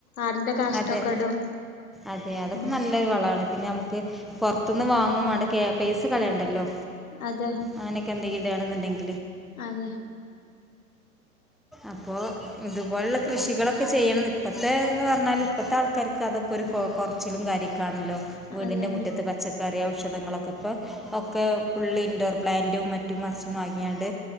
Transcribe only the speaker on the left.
ആടിന്റെ കാഷ്ടൊക്കെ
ഇടും
മ്
അതെ
അതെ
അത് തന്നെ